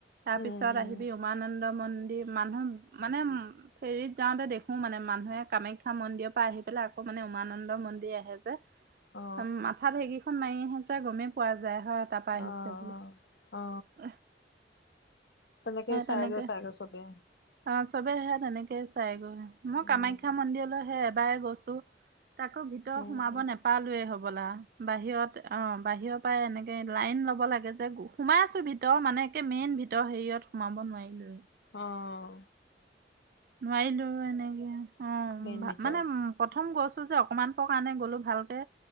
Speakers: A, on the right (about 50°); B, on the left (about 75°).
A: তাৰ
B: উম
A: পিছত
B: উম
A: আহিবি উমানন্দ মন্দিৰ, মানুহ মানে উ ফেৰীত যাওঁতে দেখো মানে মানুহে কামাখ্যা মন্দিৰৰ, পৰা আহি পেলাই আকৌ মানে উমানন্দ মন্দিৰ, আহে। মাথাত
B: অ
A: সেইকিখন মাৰি যে গমেই পোৱা যায় হয়। তাপাই
B: অ
A: আহিছে বুলে।
B: অ অ তাকে চাই
A: তেনেকে
B: গই চাইগ চবে।
A: অ', চবে সে তেনেকে চাইগৈ মই
B: উম
A: কামাখ্যা মন্দিৰলৈহে, এবাৰে গৈছো। তাকো ভিতৰ
B: উম
A: সোমাব
B: উম
A: নোপালোৱয়ে হবলা। বাহিৰত অ', বাহিৰৰ পৰা এনেকে লাইন ল'ব লাগে যে সোমাই আছো ভিতৰ মানে একে মেইন ভিতৰ হেৰিয়ত সোমাব নোৱাৰিলোৱয়ে।
B: অঁ
A: নোৱাৰিলো এনেকে অ
B: মেইন ভিতৰত
A: মানে উম প্ৰথম গৈছো যে অকমান প কাৰণে গলো ভালকে